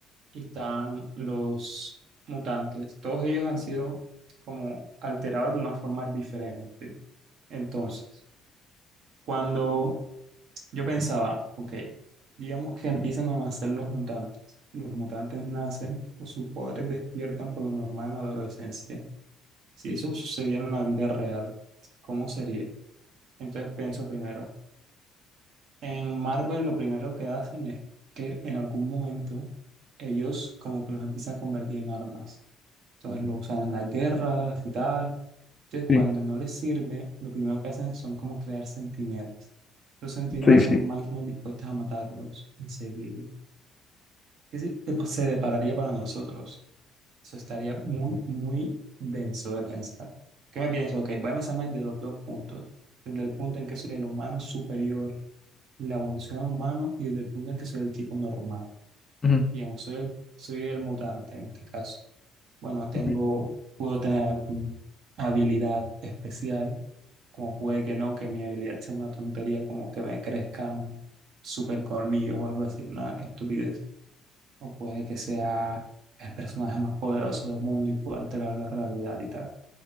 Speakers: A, on the right; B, on the left.
A: y están los mutantes. Todos ellos han sido como alterados de una forma diferente. Entonces, cuando yo pensaba, ok, digamos que empiezan a nacer los mutantes. Los mutantes nacen o sus poderes despiertan por lo normal en la adolescencia. Si eso sucediera en la vida real, ¿cómo sería? Entonces pienso primero, en Marvel lo primero que hacen es que en algún momento ellos como que los empiezan a convertir en armas. Entonces lo usan en las guerras y tal. Entonces
B: Sí,
A: cuando no les sirve, lo primero que hacen son como crear centinelas. Los centinelas
B: sí, sí.
A: son máquinas dispuestas a matarlos enseguida. Es decir, te- se depararía para nosotros. Eso estaría muy, muy denso de pensar. ¿Qué me pienso? Ok, voy a pensarme desde los dos puntos. Desde el punto en que soy el humano superior, la evolución al humano, y desde el punto en que soy el tipo normal.
B: Ujú.
A: Digamos, soy el, soy el mutante en este caso. Bueno, tengo,
B: Ujú.
A: puedo tener alguna habilidad especial, como puede que no, que mi habilidad sea una tontería, como que me crezcan super colmillos o algo así, una estupidez. O puede que sea el personaje más poderoso del mundo y pueda alterar la realidad y tal.